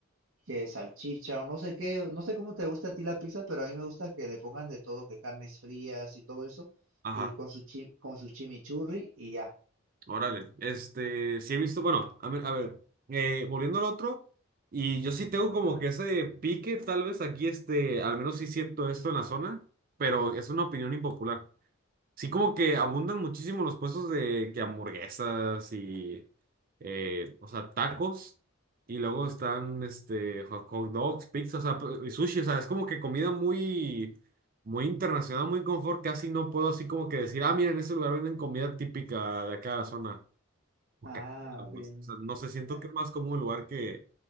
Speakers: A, on the right; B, on the right.
A: que salchicha o no sé qué, no sé cómo te gusta a ti la pizza, pero a mí me gusta que le pongan de todo, que carnes frías y todo eso,
B: Ajá.
A: y con su chi- con su chimichurri y ya.
B: Órale, este, sí he visto, bueno, a ver, a ver, eh, volviendo al otro, y yo sí tengo como que ese pique, tal vez aquí, este, al menos sí siento esto en la zona, pero es una opinión impopular. Sí como que abundan muchísimo los puestos de que hamburguesas y, eh, o sea, tacos, y luego están, este, hot hot dogs, pizza, o sea, p- y sushi, o sea, es como que comida muy, muy internacional, muy confort, casi no puedo así como que decir, ah, mira, en ese lugar venden comida típica de acá de la zona. Bucaneros,
A: Ah, ok. en-
B: O sea, no sé, siento
A: eh,
B: que es más como un lugar que,